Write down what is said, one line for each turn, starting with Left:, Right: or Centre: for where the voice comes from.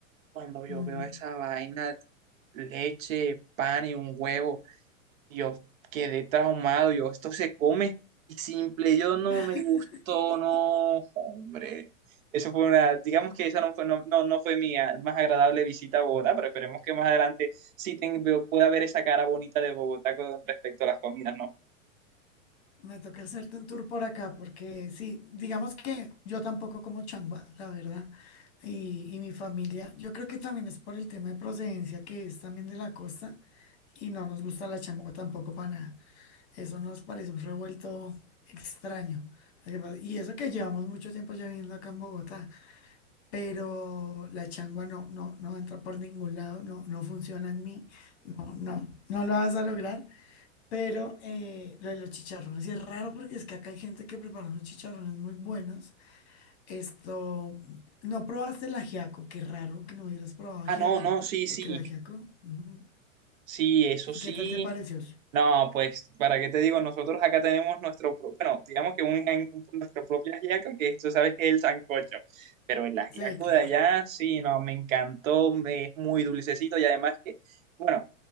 Right: Cuando yo
Left: Mm.
Right: veo esa vaina, leche, pan y un huevo, yo quedé traumado, yo, esto se come y simple, yo no
Left: <laughs>
Right: me gustó, no, hombre. Eso fue una, digamos que esa no fue, no, no, no fue mi ah, más agradable visita a Bogotá, pero esperemos que más adelante sí ten- veo- pueda ver esa cara bonita de Bogotá con respecto a las comidas, ¿no?
Left: Me toca hacerte un tour por acá, porque sí, digamos que yo tampoco como changua, la verdad, y, y mi familia, yo creo que también es por el tema de procedencia, que es también de la costa, y no nos gusta la changua tampoco para nada. Eso nos parece un revuelto extraño. Lo que pasa- Y eso que llevamos mucho tiempo ya viviendo acá en Bogotá, pero la changua no, no, no entra por ningún lado, no, no funciona en mí, no, no, no lo vas a lograr. Pero eh, lo de los chicharrones y es raro porque es que acá hay gente que prepara unos chicharrones muy buenos. Esto, no probaste el ajiaco, qué raro que no hubieras probado ajiaco,
Right: Ah, no, no, sí,
Left: porque
Right: sí,
Left: el ajiaco, mm,
Right: sí, eso sí.
Left: ¿Y qué tal te pareció?
Right: No, pues, ¿para qué te digo? Nosotros acá tenemos nuestro, pro- bueno, digamos que un, jan- nuestro propio ajiaco, que tú sabes que es el sancocho, pero el ajiaco
Left: Sí, claro.
Right: de allá, sí, no, me encantó, me- es muy dulcecito y además que, bueno,